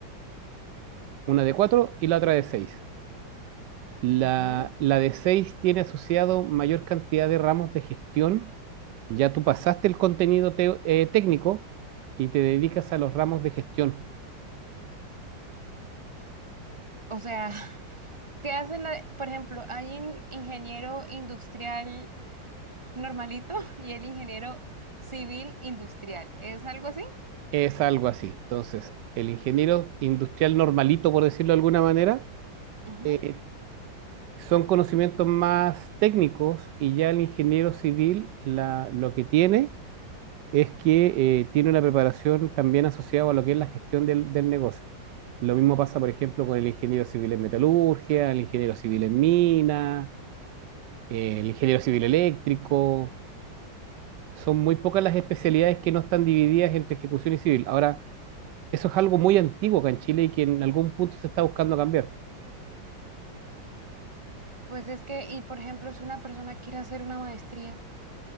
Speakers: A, on the right; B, on the right.
A: una de cuatro y la otra de seis. La,
B: ujú.
A: la de 6 tiene asociado mayor cantidad de ramos de gestión. Ya tú pasaste el contenido teo- eh, técnico y te dedicas a los ramos de gestión.
B: O sea, <laughs> ¿qué hace la, por ejemplo, hay un ingeniero industrial normalito <laughs> y el ingeniero civil industrial, ¿es algo así?
A: Es algo así. Entonces, el ingeniero industrial normalito, por decirlo de alguna manera,
B: Ujú.
A: eh, son conocimientos más técnicos y ya el ingeniero civil la- lo que tiene es que eh, tiene una preparación también asociada a lo que es la gestión del, del negocio. Lo mismo pasa, por ejemplo, con el ingeniero civil en metalurgia, el ingeniero civil en mina, eh, el ingeniero civil eléctrico. Son muy pocas las especialidades que no están divididas entre ejecución y civil. Ahora, eso es algo muy antiguo acá en Chile y que en algún punto se está buscando cambiar.
B: Pues es que, y por ejemplo, si una persona quiere hacer una maestría,